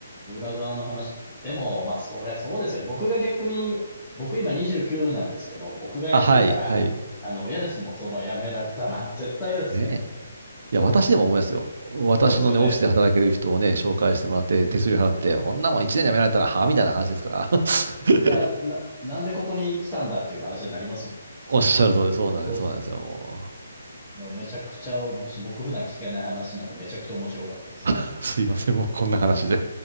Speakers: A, in the centre; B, on the right.
A: 裏側の話。でも、まあそりゃそうですよね。僕が逆に、僕今29なんですけど、僕がやってたら、
B: あ、はい、はい。
A: あの、嫌ですもん、そのやめられたら。<laughs> 絶対嫌ですね。
B: ねえ。いや、
A: そうですね。
B: 私でも思いますよ。私のね、
A: そうですよね。
B: オフィスで働ける人をね、紹介してもらって、手数料払って、こんなもん1年で辞められたら、はみたいな話ですから。<laughs>
A: じゃあ、な、なんでここに来たんだっていう話になりますもんね。そうです。
B: おっしゃる通り、そうなんです、
A: そうです。
B: そうなんですよ。も
A: でもめちゃくちゃ、もし僕普段聞けない話なんで、めちゃくちゃ面白かったです。
B: うすいません、もうこんな話で。